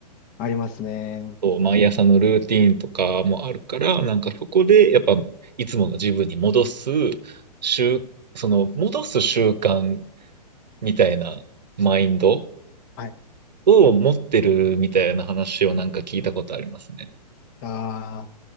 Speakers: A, on the left; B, on the right.
A: ありますね。
B: そう毎朝のルーティーンとかもあるから、なんかそこでやっぱいつもの自分に戻す習、その戻す習慣みたいなマインド
A: はい。
B: を持ってるみたいな話をなんか聞いたことありますね。
A: ああ。